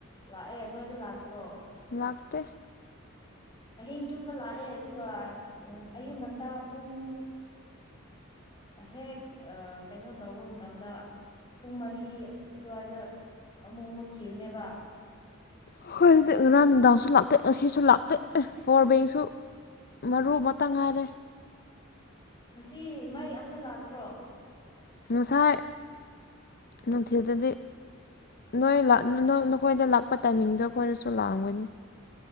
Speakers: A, on the left; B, on the left.
A: ꯂꯥꯛꯑꯦ ꯅꯣꯏꯗꯤ ꯂꯥꯛꯇ꯭ꯔꯣ
B: ꯂꯥꯛꯇ
A: ꯑꯍꯤꯡ ꯆꯨꯞꯄ ꯂꯥꯛꯑꯦ ꯑꯗꯨꯒ ꯑꯌꯨꯛ ꯉꯟꯇꯥ ꯄꯨꯡ ꯍꯦꯛ ꯀꯩꯅꯣ ꯇꯧꯕ ꯃꯇꯝꯗ ꯄꯨꯡ ꯃꯔꯤ ꯑꯗꯨꯋꯥꯏꯗ ꯑꯃꯨꯛ ꯃꯨꯠꯈꯤꯕꯅꯦꯕ
B: ꯍꯣꯏ ꯑꯗꯨꯗꯤ ꯉꯔꯥꯡ ꯟꯗꯥꯁꯨ ꯂꯥꯛꯇꯦ ꯉꯁꯤꯁꯨ ꯂꯥꯛꯇꯦ ꯄꯋꯥꯔ ꯕꯦꯡꯁꯨ ꯃꯔꯨ ꯑꯃꯇꯪ ꯉꯥꯏꯔꯦ
A: ꯉꯁꯤ ꯃꯩ ꯑꯝꯇ ꯂꯥꯛꯇ꯭ꯔꯣ
B: ꯉꯁꯥꯏ ꯅꯨꯡꯊꯤꯗꯗꯤ ꯅꯣꯏ ꯅꯈꯣꯏꯗ ꯂꯥꯛꯄ ꯇꯥꯏꯃꯤꯡꯗꯣ ꯑꯩꯈꯣꯏꯅꯁꯨ ꯂꯥꯛꯑꯝꯒꯅꯤ